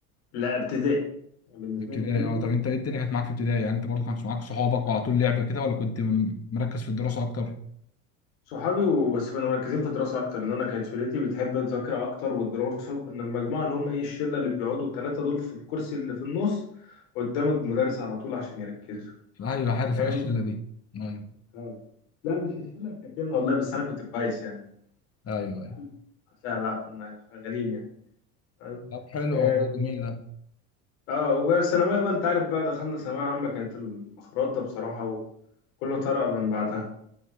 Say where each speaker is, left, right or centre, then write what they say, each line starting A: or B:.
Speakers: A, on the left; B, on the left.
A: لا ابتدائي بالنسبه
B: ابتدائي
A: لي ابتدائي
B: اه طب انت ايه الدنيا كانت معاك في ابتدائي يعني انت برضو كانت معاك صحابك وعلى طول لعب كده ولا كنت م- مركز في الدراسه اكتر
A: صحابي وبس كنا مركزين في الدراسة أكتر لأن أنا كانت شلتي بتحب المذاكرة أكتر والدراسة وكنا المجموعة اللي هم إيه الشلة اللي بيقعدوا التلاتة دول في الكرسي اللي في النص قدام المدرس على طول عشان يركزوا
B: ايوه عارف
A: فاهم؟
B: انا الشله دي ايوه
A: آه. لا مش الشلة بتاعتنا والله بس أنا كنت كويس يعني
B: ايوه
A: مش العيال
B: ايوه
A: بتاعتها بقى كنا شغالين يعني فاهم؟
B: طب حلو
A: آه
B: والله جميل ده
A: آه، والثانوية بقى أنت عارف بقى دخلنا ثانوية عامة كانت المخرطة بصراحة وكله طرق من بعدها